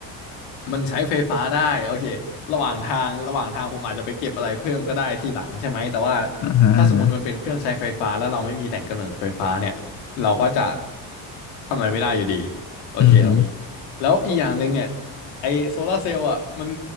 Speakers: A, on the left (about 85°); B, on the left (about 40°).
A: มันใช้ไฟฟ้าได้โอเคระหว่างทางระหว่างทางผมอาจจะไปเก็บอะไรเพิ่มก็ได้ทีหลังใช่ไหมแต่ว่า
B: ออือหืออ่าฮะ
A: ถ้าสมมติมันเป็นเครื่องใช้ไฟฟ้าแล้วเราไม่มีแหล่งกำเนิดไฟฟ้าเนี่ยเราก็จะทำอะไรไม่ได้อยู่ดีโอเคเรามี
B: อืมอหือ
A: แล้วอีกอย่างหนึ่งเนี่ยไอโซลาร์เซลล์อ่ะมัน